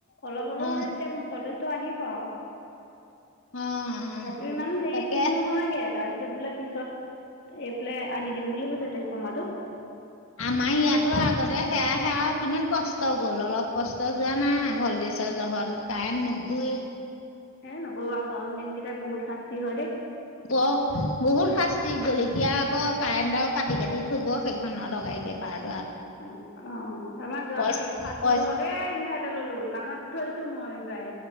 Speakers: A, on the left (about 55°); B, on the left (about 80°).
A: অলপ হ'লেও
B: অ অ
A: মানে তেতিয়া ভল্টেজ আহিব আৰু।
B: অ অ
A: তথাপিও ইমান হেৰি
B: তাকে
A: ঠিক নহয়গে। তাৰপিছত বোলে পিছত- এইফালে আনি দিম বুলি কৈছে তেজপৰ্মাটো।
B: আমাৰ ইয়াতো আগতে সেৱা সে আও কিমান কষ্ট গ'ল অলপ কষ্ট যোৱা নাই হ'ল। পইচা জহত কাৰেণ্ট নুঘূৰেই।
A: এ নকব আৰু গৰম দিনকেইটাই বহুত শাস্তি হয় দেই।
B: অঁ বহুত শাস্তি জলকীয়া আকৌ কাৰেণ্টডাল কাটি কাটি থ'ব সেইখনে। একে পাৰ্ট।
A: অ অহ আমাৰ যোৱাবাৰ
B: পইচা
A: সেইটো শাস্তি
B: পইচা
A: জহতে ইনভেতৰ ললো, কাণত ধৰিছো মই এইবাই